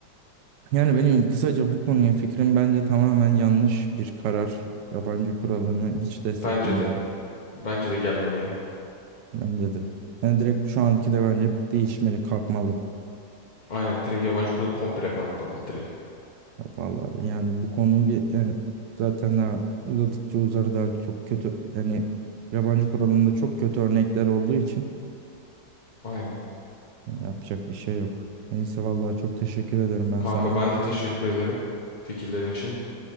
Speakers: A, on the right; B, on the left.
A: Yani benim kısaca bu konuya fikrim bence tamamen yanlış bir karar. Yabancı kuralını hiç desteklemiyorum.
B: Bence de. Bence de gelmemeli.
A: Bence de. Yani direkt şu anki de bence değişmeli, kalkmalı.
B: Aynen direkt yabancı kuralı komple kalkmalı direkt.
A: Ya Vallahi yani bu konu ge- yani zaten daha uzadıkça uzar daha çok kötü. Yani yabancı kuralında çok kötü örnekler olduğu için
B: Aynen.
A: yapacak bir şey yok. Neyse vallahi çok teşekkür ederim ben
B: Kanka
A: sana.
B: ben de teşekkür ederim fikirlerin için.